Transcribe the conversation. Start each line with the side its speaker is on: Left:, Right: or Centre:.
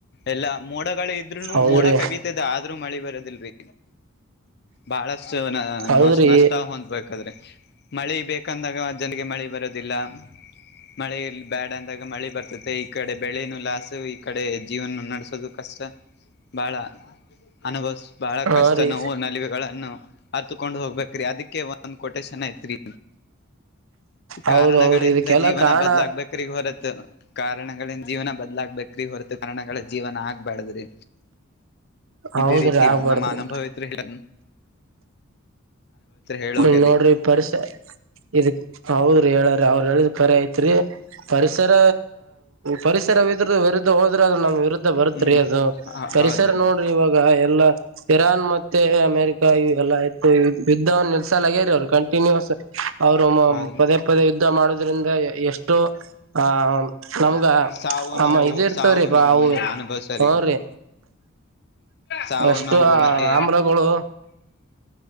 Left: ಎಲ್ಲಾ ಮೂ ಮೋಡಗಳ ಇದ್ರುನು
Right: ಹೌದ್ರಿ
Left: ಮೋಡ ಕವಿತದೆ ಆದ್ರೂ ಮಳಿ ಬರೋದಿಲ್ರಿ ಬಹಳ ನ
Right: ಹೌದ್ರಿ
Left: ನಷ್ಟ ಹೊಂದ್ಬೇಕಾದ್ರೆ ಮಳೆ ಬೇಕ ಕಂದಾಗ ಅ್ ಜನಿಗೆ ಮಳಿ ಬರೋದಿಲ್ಲ ಮಳೆ ಬ್ಯಾಡ ಅಂದಾಗ ಮಳಿ ಬರ್ತ ಈ ಕಡೆ ಬೆಳೆನುೂಲ ಈ ಕಡೆ ಜೀವನ ನಡೆಸೋುದು ಕಷ್ಟ ಬಹಳ ಅನುಭವ ಬಹಳ
Right: ಹಾ
Left: ಕಷ್ಟ
Right: ರೀ
Left: ನೋವು ಗಳನ್ನು ಅರ್ತಕೊಂಡು ಹೋಗ್ಬೇಕ್ರಿ ಅದಕ್ಕೆ ಒಂದ್ ಕ ಕೊಟೇಶನ್ ಐತ್ರಿ
Right: ಹೌದ್
Left: ಕಾರಣಗಳಿಂದ
Right: ಹೌದ್ರಿ ಇದಕ್ಕೆಲ್ಲಾ
Left: ಜೀವನ
Right: ಕಾರಣ
Left: ಬದಲಾಗ್ಬೇಕ್ರಗ ಹೊರತ್ ಕಾರಣಗಳನ್ ಜೀವನ ಬದ್ಲಾಗಬೇಕ್ರಿ ಹೊರತು ಕಾರಣಗಳ ಜೀವನ ಆಗ್ಬ್ಯಾಡ್ದ್ರಿ
Right: ಹೌದ್ರಿ
Left: ಇದೇ ರೀತಿಯು
Right: ಆಗ್ಬಾರ್ದ್ರಿ
Left: ನಮ್ಮ ಅನುಭವತ್ರು ಹೇಳ ಹೇಳೋಗ್ಯಾರಿ
Right: ಹ್ಮ ನೋಡ್ರಿ ಪರಿ ಇದಕ್ ಹೌದ್ರಿ ಹೇಳ್ರ ಅವ್ರ ಹೇಳದ ಪರಿ ಐತ್ರಿ ಪರಿಸರ ಪರಿಸರವಿದ್ರ ವರದದು ಹೋದ್ರೆ ಅ್ರ ನಮ್ ಇರು ಬರುತ್ರಿ
Left: ಹ್ಮ್ ಹ್ಮ್
Right: ಅದು ಪರಿಸರ
Left: ಹೌದ್ರಿ
Right: ನೋಡ್ರಿ ಇವಾಗ ಎಲ್ಲಾ ಿರಾನ್ ಮ ಮ ಅಮೆರಿಕಾ ಇ ಎಲ್ಲ ಆಯ್ು ಯುದ್ಧ ೇರಿ ಅವರು ಕಂಟಿನ್ಯಸ್ ಅವರು
Left: ಹೌದ್ರಿ
Right: ಪದೇ ಪದೇ ಯುದ್ಧ ಮಾಡೋುದದ್ರಿಂದ ಎಷ್ಟೋ ಆ ನಮ್ಗ
Left: ಸಾವು
Right: ಅಮ್ಮ
Left: ನೋವು
Right: ಇದ ಇರ್ತವ್ರಿ
Left: ಸಾವು
Right: ಬ
Left: ನೋವು
Right: ಅವು
Left: ಅನುಭವ್ಸರಿ
Right: ಹನ್್ರೀ
Left: ಸಾವು
Right: ಎಷ್ಟು
Left: ನೋವು ಮತ್ತೆ
Right: ಆಮ್ಲಗಳು